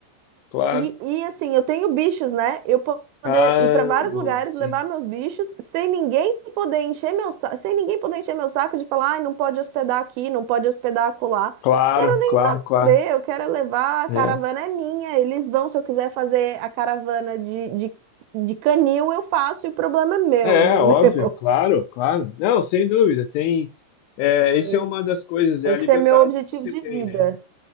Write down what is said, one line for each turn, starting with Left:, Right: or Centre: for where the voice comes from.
Left: Claro.
Right: e, e, assim, eu tenho bichos, né? Eu po- poder
Left: Ah,
Right: ir para vários
Left: boa,
Right: lugares,
Left: sim.
Right: levar meus bichos, sem ninguém poder encher meu saco, sem ninguém poder encher meu saco de falar, ai, não pode hospedar aqui, não pode hospedar acolá.
Left: Claro,
Right: Quero nem
Left: claro,
Right: saber,
Left: claro.
Right: eu quero levar, a
Left: É.
Right: caravana é minha, eles vão, se eu quiser fazer a caravana de, de, de canil, eu faço, e o problema é meu,
Left: É,
Right: entendeu?
Left: óbvio, claro,
Right: <laughs>
Left: claro. Não, sem dúvida, tem. É, isso
Right: É,
Left: é uma das coisas, é
Right: Esse
Left: a liberdade
Right: é meu objetivo
Left: que você
Right: de
Left: tem,
Right: vida.
Left: né?